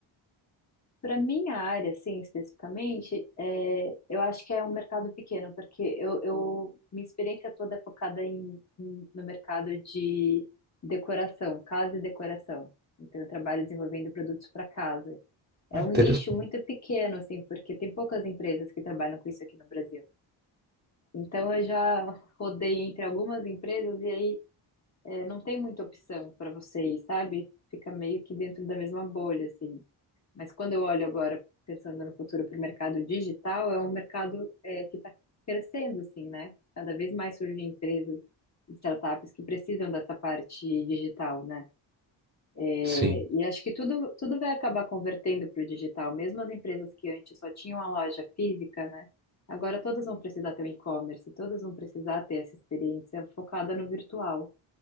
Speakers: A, on the left (about 35°); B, on the right (about 20°).
A: para minha área, assim, especificamente, é, eu acho que é um mercado pequeno, porque eu, eu- minha experiência toda é focada em, em- no mercado de decoração, casa e decoração. Então, eu trabalho desenvolvendo produtos para casa. É
B: Ah, interessante.
A: um nicho muito pequeno, assim, porque tem poucas empresas que trabalham com isso aqui no Brasil. Então, eu já rodei entre algumas empresas e aí é, não tem muita opção para você ir, sabe? Fica meio que dentro da mesma bolha, assim. Mas quando eu olho agora, pensando no futuro para o mercado digital, é um mercado é, que está crescendo, assim, né? Cada vez mais surgem empresas, startups que precisam dessa parte digital, né? É,
B: Sim,
A: e acho que tudo, tudo vai acabar convertendo para o digital, mesmo as empresas que antes só tinham a loja física, né? Agora todas vão precisar ter um e-commerce, todas vão precisar ter essa experiência focada no virtual.